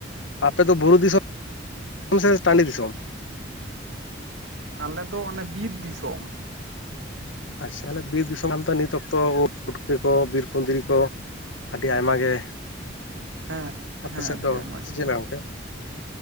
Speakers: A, on the left; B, on the right.
A: ᱟᱯᱮᱫᱚ ᱵᱩᱨᱩ ᱫᱤᱥᱚᱢ ᱥᱮ ᱴᱟᱺᱰᱤ ᱫᱤᱥᱚᱢ
B: ᱟᱞᱮ ᱫᱚ ᱚᱱᱮ ᱵᱤᱨ ᱫᱤᱥᱚᱢ
A: ᱟᱪᱪᱷᱟ ᱟᱞᱮ ᱵᱤᱨ ᱫᱤᱥᱚᱢ ᱚᱱᱠᱟ ᱱᱤᱛ ᱚᱠᱛᱚ ᱩᱫ ᱯᱩᱴᱠᱟᱹ ᱠᱚ ᱵᱤᱨ ᱠᱩᱸᱫᱽᱨᱤ ᱠᱚ ᱟᱹᱰᱤ ᱟᱭᱢᱟ ᱜᱮ
B: ᱦᱮᱸ
A: ᱟᱯᱮ
B: ᱦᱮᱸ
A: ᱥᱮᱫ
B: ᱟᱹᱰᱤ
A: ᱫᱚ
B: ᱟᱭᱢᱟ
A: ᱪᱮᱫ
B: ᱜᱮ
A: ᱢᱮᱱᱟᱜ-ᱟ
B: ᱦᱮᱸ
A: ᱜᱚᱢᱠᱮ